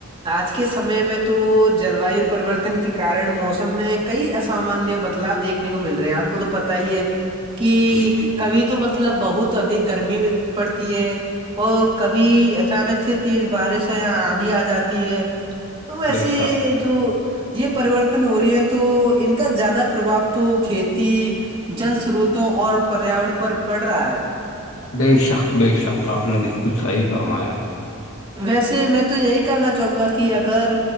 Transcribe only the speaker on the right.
آج کے سمے میں تو جلوایو پرریوررتن کے کارن موسم میں کئی اسامانیہ بدلاؤ دیکھے نے کو مل رہے ہیں آ کو تو پتا ہی ہے کہ
کبھی تو مطلب بہت ادک گرمی پڑتی ہے اور کبھی اچانک سے تیز بارش ہے یہاں آندھی آ جاتی ہے تو ویسی
جو یہ پرورتن ہو رہی ہیں تو ان کا زیادہ پرباؤ تو کھیتی جل سروتوں اور پریاورن پر پڑ رہا ہے
ویسے میں تو یہی کرنا چاہوں گا کہ اگر